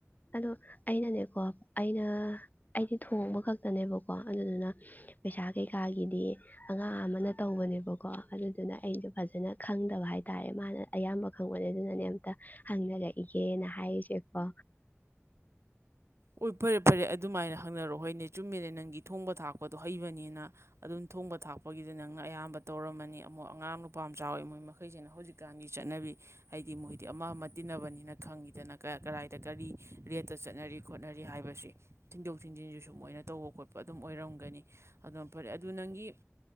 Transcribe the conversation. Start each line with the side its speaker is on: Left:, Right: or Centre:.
Left: ꯑꯗꯣ ꯑꯩꯅꯅꯦꯀꯣ ꯑꯩꯅꯗꯤ ꯊꯣꯡꯕ ꯈꯛꯇꯅꯦꯕꯀꯣ ꯑꯗꯨꯗꯨꯅ ꯄꯩꯁꯥ ꯀꯩꯀꯥꯒꯤꯗꯤ ꯑꯉꯥꯡ ꯑꯃꯅ ꯇꯧꯕꯅꯦꯕꯀꯣ ꯑꯗꯨꯗꯨꯅ ꯑꯩꯁꯨ ꯐꯖꯅ ꯈꯪꯗꯕ ꯍꯥꯏ ꯇꯥꯔꯦ ꯃꯥꯅ ꯑꯌꯥꯝꯕ ꯈꯪꯕꯅꯦ ꯑꯗꯨꯅꯅꯦ ꯑꯝꯇ ꯍꯪꯅꯔꯛꯏꯒꯦꯅ ꯍꯥꯏꯔꯤꯁꯦꯀꯣ
Right: ꯑꯣ ꯐꯔꯦ ꯐꯔꯦ ꯑꯗꯨꯃꯥꯏꯅ ꯍꯪꯅꯔꯛꯑꯣ ꯍꯣꯏꯅꯦ ꯆꯨꯝꯃꯤꯅꯦ ꯅꯪꯒꯤ ꯊꯣꯡꯕ ꯊꯥꯛꯄꯗꯣ ꯍꯩꯕꯅꯤꯅ ꯑꯗꯨꯝ ꯊꯣꯡꯕ ꯊꯥꯛꯄꯒꯤꯗ ꯅꯪꯅ ꯑꯌꯥꯝꯕ ꯇꯧꯔꯝꯃꯅꯤ ꯑꯃꯨꯛ ꯑꯉꯥꯡ ꯅꯨꯄꯥ ꯑꯃ ꯆꯥꯎꯋꯤ ꯃꯣꯏ ꯃꯈꯩꯁꯤꯅ ꯍꯧꯖꯤꯛꯀꯥꯟꯒꯤ ꯆꯠꯅꯕꯤ ꯍꯥꯏꯗꯤ ꯃꯣꯏꯗꯤ ꯑꯃ ꯑꯃ ꯇꯤꯟꯅꯕꯅꯤꯅ ꯈꯪꯉꯤꯗꯅ ꯀꯗꯥꯏꯗ ꯀꯔꯤ ꯔꯦꯠꯇ ꯆꯠꯅꯔꯤ ꯈꯣꯠꯅꯔꯤ ꯍꯥꯏꯕꯁꯤ ꯊꯤꯟꯗꯣꯛ ꯊꯤꯟꯖꯤꯟꯁꯨꯁꯨ ꯃꯣꯏꯅ ꯇꯧꯕ ꯈꯣꯠꯄ ꯑꯗꯨꯝ ꯑꯣꯏꯔꯝꯒꯅꯤ ꯑꯗꯨꯅ ꯐꯔꯦ ꯑꯗꯨ ꯅꯪꯒꯤ